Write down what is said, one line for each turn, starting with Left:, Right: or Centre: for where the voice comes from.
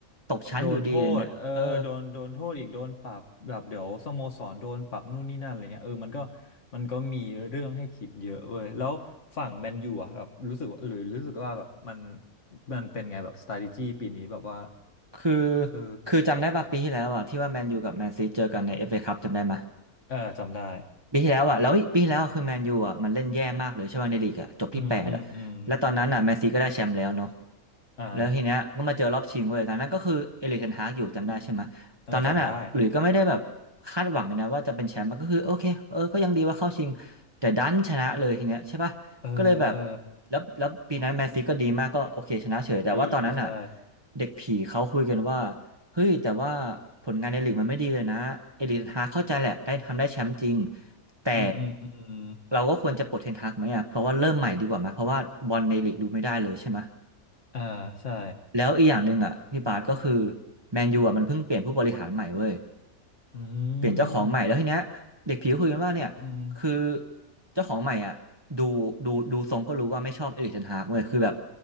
Right: ตกชั้นอยู่ดีเลยเนี่ยเออ
Left: โดนโทษเออโดนโดนโทษอีกโดนปรับแบบเดี๋ยวสโมสรโดนปรับนู่นนี่นั่นอะไรเงี้ยเออมันก็มันก็มีเรื่องให้คิดเยอะเว้ยแล้วฝั่งแมนยูอะแบบรู้สึกว่าหรือรู้สึกว่าแบบมันมันเป็นไงแบบ strategy ปีนี้แบบว่า
Right: คือ
Left: เออ
Right: คือจำได้ป่ะปีที่แล้วอ่ะที่ว่าแมนยูกับแมนซีเจอกันในเอฟเอคัพจำได้ไหม
Left: เออจำได้
Right: ปีที่แล้วอ่ะแล้วปีที่แล้วคือแมนยูอ่ะมันเล่นแย่มากเลยใช่ไหมในลีกอ่ะจบที่แปดอ่ะแล้วตอนนั้นอ่ะแมนซีก็ได้แชมป์แล้วเนาะ
Left: อืมอืมอืมอ่า
Right: แล้วทีเนี้ยก็มาเจอรอบชิงเว้ยตอนนั้นก็คือเอริกเทนฮากอยู่จำได้ใช่ไหมตอนนั้นอ่ะหลุยส์ก็ไม่ได้แบบ
Left: เออจำได้
Right: คาดหวังเลยนะว่าจะเป็นแชมป์มันก็คือโอเคเออก็ยังดีว่าเข้าชิงแต่ดันชนะเลยทีเนี้ยใช่ป่ะก็เลยแบบ
Left: เออเออ
Right: แล้วแล้วปีนั้นแมนซีก็ดีมากก็โอเคชนะเฉยแต่ว่าตอนนั้นอ่ะ
Left: ดีใช่
Right: เด็กผีเขาคุยกันว่าเฮ้ยแต่ว่าผลงานในลีกมันไม่ดีเลยนะเอริกเทนฮากเข้าใจแหละได้ทำได้แชมป์จริง แต่
Left: อืมอืมอืม
Right: เราก็ควรจะปลดเทนฮากไหมอ่ะเพราะว่าเริ่มใหม่ดีกว่าไหมเพราะว่าบอลในลีกดูไม่ได้เลยใช่ไหม
Left: อ่าใช่
Right: แล้วอีกอย่างหนึ่งอ่ะพี่บาสก็คือแมนยูอ่ะมันเพิ่งเปลี่ยนผู้บริหารใหม่เว้ย
Left: อื
Right: เปลี่ยนเจ้าของใหม่แล้วทีเนี้ยเด็กผิวคุยกันว่าเนี่ยคือ
Left: มอืม
Right: เจ้าของใหม่อ่ะดูดูดูทรงก็รู้ว่าไม่ชอบเอริกเทนฮากเว้ยคือแบบ